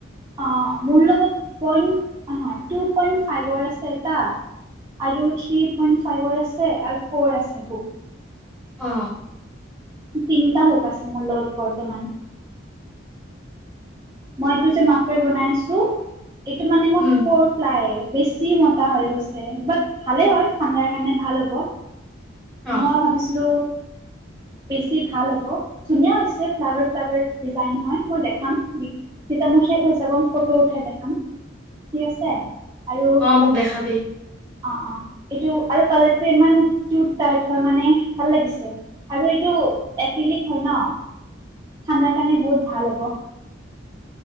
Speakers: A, on the right; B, in the centre.
A: অ মোৰ লগত পইণ্ট হয় টু পইণ্ট ফাইভৰ আছে এটা আৰু থ্ৰী পইণ্ট ফাইভৰ আছে আৰু ফ'ৰ আছে হুক
B: অ
A: তিনিটা হুক আছে মোৰ লগত বৰ্তমান মই এইটো যে মাফেৰ বনাইছো এইটো মানে মই
B: উম
A: ফৰ প্লাই বেছি মোতা হৈ গৈছে বাট ভালে হয়, ঠাণ্ডাৰ কাৰণে ভাল হ'ব।
B: অ
A: মই ভাবিছিলো বেছি ভাল হ'ব ধুনীয়া হৈছে ফ্লাৱাৰ ফ্লাৱাৰ ডিজাইন হয়, মই দেখাম যেতিয়া মোৰ শেষ হৈ যাব ফটো উঠাই দেখাম ঠিক আছে। আৰু
B: অ মোক দেখাবি
A: অ অ এইটো আৰু কালাৰটো ইমান কিট টাইপ হয় মানে ভাল লাগিছে আৰু এইটো এক্ৰিলিক হয, ন? ঠাণ্্ডাৰ কাৰণে বহুত ভাল হ'ব